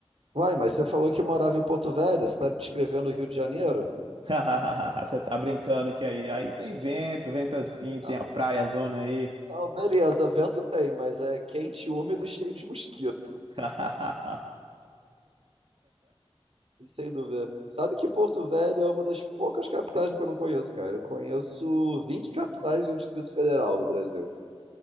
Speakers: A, on the right; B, on the right.
A: uai, mas você falou que morava em Porto Velho, você tá descrevendo o Rio de Janeiro?
B: <laughs> Você tá brincando que aí, aí tem vento, vento assim, tem
A: Não,
B: a praia, zona aí.
A: não, beleza, vento tem, mas é quente, úmido e <laughs> cheio de mosquito,
B: <laughs>
A: sem dúvida. Sabe que Porto Velho é uma das poucas capitais que eu não conheço, cara. Eu conheço 20 capitais e o Distrito Federal do Brasil.